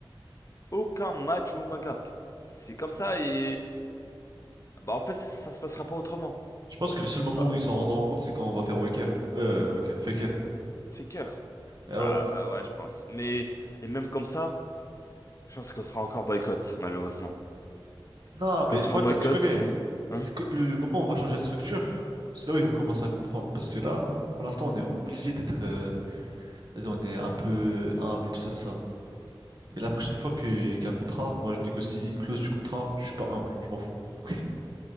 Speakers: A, on the left (about 35°); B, on the right (about 50°).
A: Aucun match où on m'agape. C'est comme ça et Bah, en fait, ça se passera pas autrement.
B: Je pense que le seul moment
A: Tu vois.
B: où ils s'en rendront compte, c'est quand on va faire Waker. Euh, Waker, Faker.
A: Fait cœur.
B: Ah
A: Ah,
B: ouais.
A: ah, ouais, je pense. Mais, et même comme ça, je pense qu'on sera encore boycott, malheureusement.
B: Non, mais
A: Qu'on sera
B: moi,
A: boycott,
B: t'as- tu connais.
A: c'est. Hein?
B: C'est que Le le moment où on va changer de structure, c'est là où ils vont commencer à comprendre. Parce que là, pour l'instant, on est obligé d'être. euh, Vas-y, on est un peu humble, tout ça, tout ça. Mais la prochaine fois que- qu'il y a un contrat, moi, je négocie clause du contrat. Je suis pas humble, je m'en fous. <laughs>